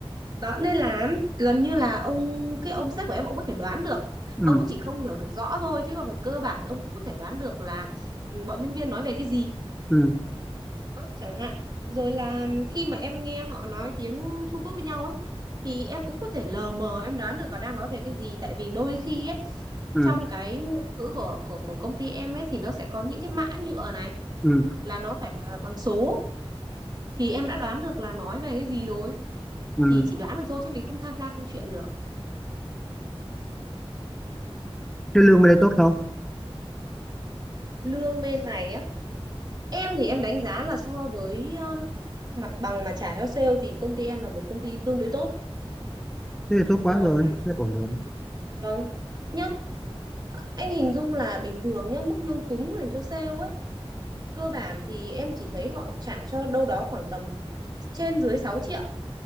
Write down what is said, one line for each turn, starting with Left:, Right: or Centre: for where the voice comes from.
Right: đó nên là gần như là ông cái ông sếp của em ông có thể đoán được
Centre: ừ
Right: ông ấy chỉ không hiểu được rõ thôi chứ còn cơ bản ông cũng có thể đoán được là ừ, bọn nhân viên nói về cái gì
Centre: ừ
Right: đó, chẳng hạn rồi là khi mà em nghe họ nói tiếng Trung Quốc với nhau ấy thì em cũng có thể lờ mờ em đoán được họ đang nói về cái gì tại vì đôi khi ấy
Centre: ừ
Right: trong cái ngôn ngữ của của của công ty em ấy thì nó sẽ có những cái mã nhựa này
Centre: ừ
Right: là nó phải là bằng số thì em đã đoán được là nói về cái gì rồi
Centre: ừ
Right: thì chỉ đoán được thôi chứ mình không tham gia câu chuyện được
Centre: thế lương bên đây tốt không
Right: lương bên này á em thì em đánh giá là so với um, mặt bằng mà trả cho sale thì công ty em là một công ty tương đối tốt
Centre: thế thì tốt
Right: Ờm,
Centre: quá rồi thế là ổn rồi
Right: vâng nhá anh hình dung là bình thường nhá mức lương cứng dành cho sale ấy cơ bản thì em chỉ thấy họ trả cho đâu đó khoảng tầm trên dưới 6 triệu